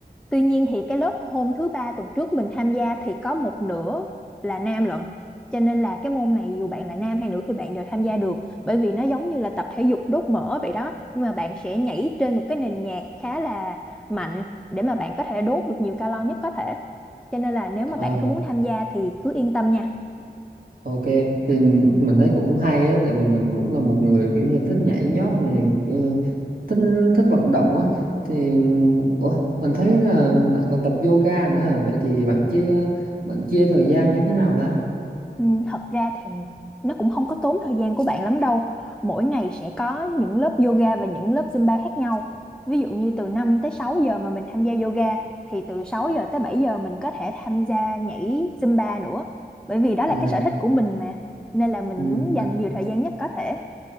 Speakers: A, in the centre; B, on the right (about 60°).
A: tuy nhiên thì cái lớp hôm thứ ba tuần trước mình tham gia thì có một nửa là nam lận. Cho nên là cái môn này dù bạn là nam hay nữ thì bạn đều tham gia được. Bởi vì nó giống như là tập thể dục đốt mỡ vậy đó. Nhưng mà bạn sẽ nhảy trên một cái nền nhạc khá là mạnh để mà bạn có thể đốt được nhiều calo nhất có thể cho nên là nếu
B: Ờ
A: mà bạn có muốn tham gia thì cứ yên tâm nha
B: Ok, thì mình thấy cũng hay á, tại vì mình cũng là một người kiểu như thích nhảy nhót này, ừ, thích thích vận động á, thì ủa, mình thấy là bạn còn tập yoga nữa, à? vậy thì bạn chia bạn chia thời gian như thế nào ta?
A: Ừ, thật ra thì nó cũng không có tốn thời gian của bạn lắm đâu mỗi ngày sẽ có những lớp yoga và những lớp Zumba khác nhau ví dụ như từ 5 tới 6 giờ mà mình tham gia yoga thì từ 6 giờ tới 7 giờ mình có thể tham gia nhảy Zumba nữa bởi vì đó
B: À,
A: là cái sở thích của mình mà nên là mình
B: ừ,
A: muốn dành
B: à,
A: nhiều thời gian nhất có thể